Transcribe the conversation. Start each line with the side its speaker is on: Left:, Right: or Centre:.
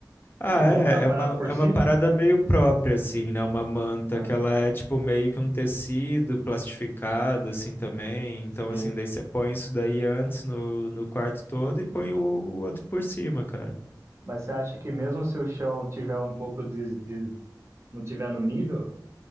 Left: Ah,
Right: e
Left: é,
Right: colocar a parada
Left: é uma,
Right: por
Left: é
Right: cima?
Left: uma parada meio própria, assim, né? Uma manta
Right: Ah,
Left: que ela é tipo meio que um tecido plastificado, assim, também. Então,
Right: Sim.
Left: assim, daí você põe isso daí antes no, no quarto todo e põe o outro por cima, cara.
Right: Mas você acha que mesmo se o chão tiver um pouco de, de- não tiver no nível,